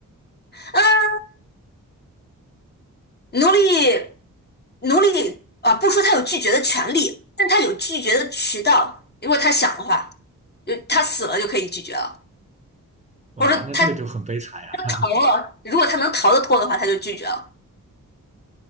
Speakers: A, on the left; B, on the right.
A: 嗯奴隶奴隶啊，不说他有拒绝的权利，但他有拒绝的渠道。如果他想的话，就他死了就可以拒绝了，
B: 的。
A: 或者说他
B: 哇，那这个就很悲惨呀。
A: 逃了，如果他能逃得脱的话，他就拒绝了。